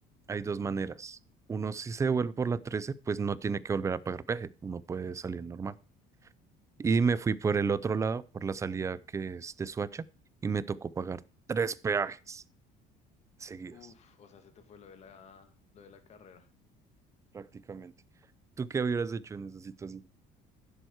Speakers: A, on the right; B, on the left.
A: hay dos maneras. Uno, si se devuelve por la 13, pues no tiene que volver a pagar peaje, uno puede salir normal. Y me fui por el otro lado, por la salida que es de Suacha, y me tocó pagar tres peajes seguidas,
B: Uf, o sea, se te fue lo de la, lo de la carrera.
A: prácticamente. ¿Tú qué hubieras hecho en esa situación?